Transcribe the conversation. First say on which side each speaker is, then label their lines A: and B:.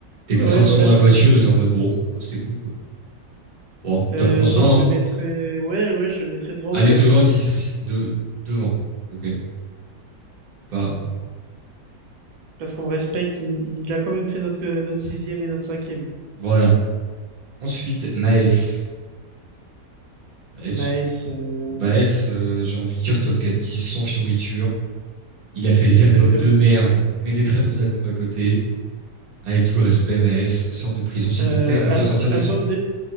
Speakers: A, on the right (about 35°); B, on the right (about 80°).
A: T'écoutes
B: Ouais,
A: un son
B: voilà,
A: dans la
B: c'est
A: voiture
B: ça.
A: et t'es en mode bon, oh, c'était cool, quoi. Bon,
B: Euh,
A: top onze
B: moi,
A: vingt.
B: je
A: hein.
B: le mettrais, ouais, ouais, je le mettrais devant
A: Allez,
B: O'Boy
A: devant,
B: quand même.
A: dix, de, devant. Ok, pas,
B: Parce qu'on respecte, il, il a quand même fait notre, euh, notre sixième et notre cinquième.
A: voilà. Ensuite, Maes. Maes,
B: Maes, euh,
A: euh, Maes, euh, j'ai envie de dire top quatre dix. sans fioriture. Il a fait des
B: exactement.
A: albums de merde, mais des très bons albums à côté. Avec tout le respect, Maes, sors de prison s'il
B: Euh,
A: te plaît, reviens
B: al-
A: sortir des
B: album
A: sons.
B: de,